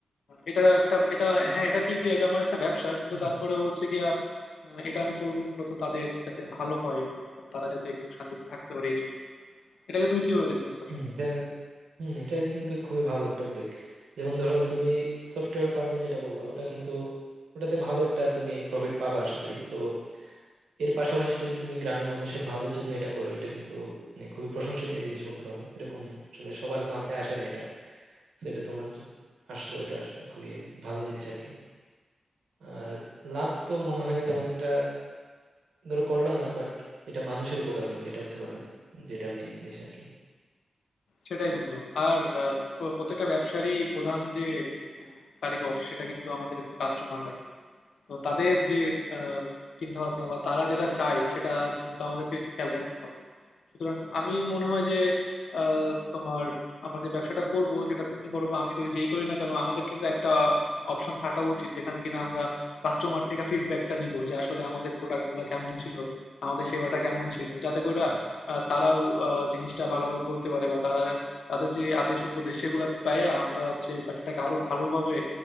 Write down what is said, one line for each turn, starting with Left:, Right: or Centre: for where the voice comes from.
Left: এটা একটা এটা হ্যাঁ এটা ঠিক যে এটা আমার একটা ব্যবসা কিন্তু
Right: হুম
Left: তারপরে হচ্ছে গিয়া আহ, এটা আমি করবো মূলত তাদের যাতে ভালো হয় একটু বা তারা যাতে একটু শান্তিতে থাকতে পারে এই জন্য এটাকে তুমি কিভাবে দেখতেছো আসলে?
Right: হুম এটা হুম এটা কিন্তু খুবই ভালো একটা উদ্যোগ যেমন ধরো তুমি সফটওয়্যার ফার্মে যেটা বললা ওটা কিন্তু ওটাতে ভালো একটা তুমি প্রফিট পাবা আশা করি তো এর পাশাপাশি যদি তুমি গ্রামের মানুষের ভালোর জন্য এটা করো এটা কিন্তু মানে খুবই প্রশংসনীয় জিনিস বলতে পারো এরকম আসলে সবার মাথায় আসে না এটা তো এটা তোমার জ- আসলো এটা আসলে খুবই ভালো জিনিস আর কি আর লাভ তো মনে হয় না তেমন একটা ধরো করলা না বাট এটা মানুষের উপকার হলো এটা হচ্ছে কথা যেটা মেন জিনিস আর কি
Left: সেটাই বন্ধু আর আহ, প- প্রত্যেকটা ব্যবসারই প্রধান যে উম, কারিগর সেটা কিন্তু আমাদের কাস্টমাররাই তো তাদের যে চিন্তা ভাবনা বা তারা যেটা চায় সেটা কিন্তু আমাদেরকে একটু খেয়াল রাখতে হবে সুতরাং আমি মনে হয় যে আহ, তোমার আমরা যে ব্যবসাটা করব সেটা তুমি করো বা আমি করি যেই করি না কেন আমাদের কিন্তু একটা অপশন থাকা উচিত যেখানে কিনা আমরা কাস্টমার থেকে ফিডব্যাকটা নিব যে আসলে আমাদের প্রোডাক্টগুলো কেমন ছিল আমাদের সেবাটা কেমন ছিল যাতে করে
Right: হুম, হুম।
Left: তারাও আহ, জিনিসটা ভালোভাবে বলতে পারে বা তারা তাদের যে আদেশ উপদেশ সেগুলো পাইয়ে আমরা হচ্ছে ব্যবসাটাকে আরো ভালোভাবে